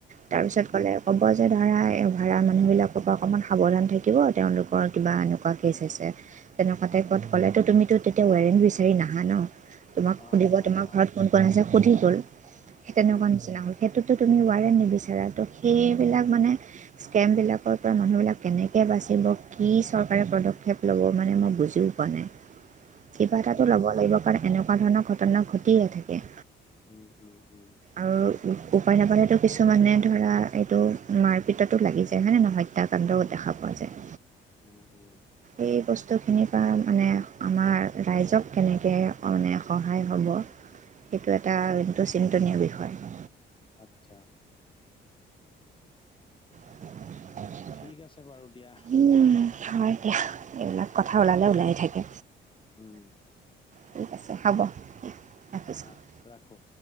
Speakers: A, on the right; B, on the left.
A: তাৰপিছত
B: উম
A: গ'লে, ক'ব যে ধৰা এই ভাড়া মানুহবিলাকৰ পৰা অকণমান সাৱধান থাকিব, তেওঁলোকৰ কিবা এনেকুৱা কেচ হৈছে। তেনেকুৱাতে ক'ত ক'লেতো, তুমিতো তেতিয়া ৱৰেণ্ট বিচাৰি নাহা ন, তোমাক
B: অ
A: সুধিব
B: অ
A: তোমাৰ
B: অ
A: ঘৰত কোন কোন, আছে সুধি গ'ল, সেই তেনেকুৱা
B: উম
A: নিচিনা হ'ল। সেইটোতো তুমি ৱাৰেণ্ট নিবিচাৰা, তো সেইবিলাক মানে স্কেমবিলাকৰ পৰা মানুহবিলাক কেনেকৈ বাচিব, কি চৰকাৰে পদক্ষেপ ল'ব মানে, মই বুজিও পোৱা নাই। কিবা
B: তাকেই
A: এটাটো ল'ব লাগিব, কাৰণ এনেকুৱা ধৰণৰ ঘটনা ঘটিয়ে থাকে।
B: উম, উম, উম,
A: আৰু উপায় নাপালেতো কিছুমানে ধৰা, এইটো মাৰপিটতো লাগি যায় হয়নে নহয়, হত্যাকাণ্ড দেখা পোৱা যায়।
B: উম, উম,
A: এই বস্তুখিনিৰ পৰা মানে আমাৰ ৰাইজক কেনেকে এনে সহায় হ'ব সেইটো এটা টো চিন্তনীয় বিষয়।
B: আচ্ছা
A: <unintelligible>
B: ঠিক আছে বাৰু দিয়া।
A: উম হয় দিয়া, এইবিলাক কথা ওলালে ওলাই থাকে।
B: উম
A: ঠিক আছে, হ'ব। ৰাখিছোঁ
B: অহ ৰাখো।